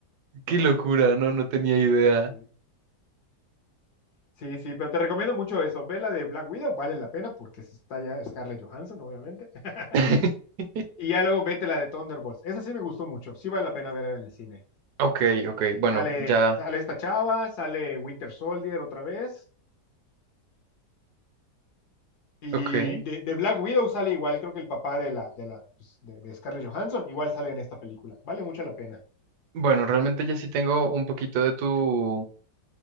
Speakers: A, on the right (about 70°); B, on the left (about 65°).
A: Qué locura, no, no tenía idea.
B: Sí, sí. Sí, sí, pero te recomiendo mucho eso. Ve la de Black Widow, vale la pena porque sí está ya Scarlett Johansson, obviamente. <laughs>
A: <laughs>
B: Y ya luego vete la de Thunderbolts. Esa sí me gustó mucho. Sí vale la pena verla en el cine.
A: Ok, ok, bueno,
B: Sale,
A: ya,
B: sale esta chava, sale Winter Soldier otra vez. Y
A: ok.
B: de, de Black Widow sale igual, creo que el papá de la, de la, pues, de, de Scarlett Johansson, igual sale en esta película. Vale mucho la pena.
A: Bueno, realmente ya sí tengo un poquito de tu,